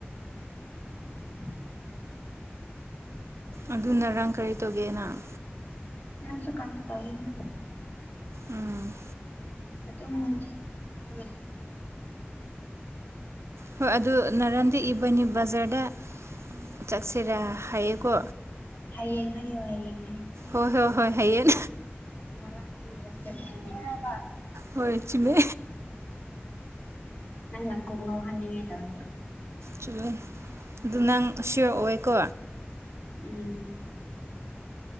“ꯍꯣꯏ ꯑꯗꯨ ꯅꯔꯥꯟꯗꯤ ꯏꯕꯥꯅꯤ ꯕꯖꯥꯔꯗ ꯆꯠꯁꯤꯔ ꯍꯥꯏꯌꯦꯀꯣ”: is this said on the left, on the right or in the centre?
Right